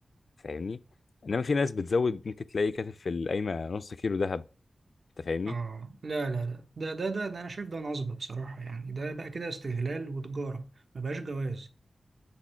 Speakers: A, on the left; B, on the right.
A: فاهمني انما في ناس بتزود ممكن تلاقي كاتب في القايمه نص كيلو ذهب انت فاهمني
B: اه لا لا لا ده ده ده, ده انا شايف ده نصب بصراحه يعني ده بقى كده استغلال وتجاره ما بقاش جواز